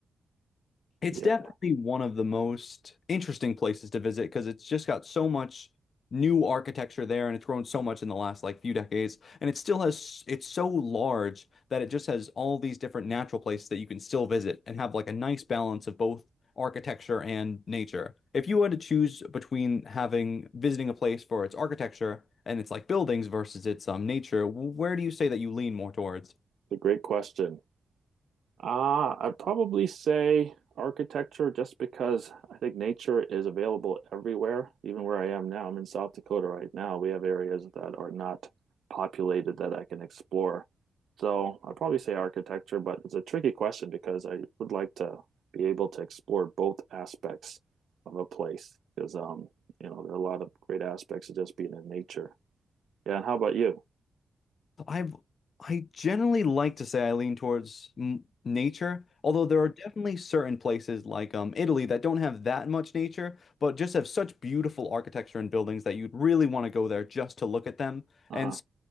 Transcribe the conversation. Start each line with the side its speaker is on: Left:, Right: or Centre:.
Left: It's
Right: Yeah,
Left: definitely one of the most interesting places to visit because it's just got so much new architecture there and it's grown so much in the last like few decades and it still has it's so large that it just has all these different natural places that you can still visit and have like a nice balance of both architecture and nature. If you had to choose between having visiting a place for its architecture and its like buildings versus its um nature, where do you say that you lean more towards?
Right: it's a great question. Uh, I'd probably say architecture just because I think nature is available everywhere, even where I am now. I'm in South Dakota right now. We have areas that are not populated that I can explore. So I'd probably say architecture, but it's a tricky question because I would like to be able to explore both aspects of a place because um, you know, there are a lot of great aspects of just being in nature. Yeah, and how about you?
Left: I've I generally like to say I lean towards m nature, although there are definitely certain places like um Italy that don't have that much nature, but just have such beautiful architecture and buildings that you'd really want to go there just to look at them.
Right: Uh-huh.
Left: And s-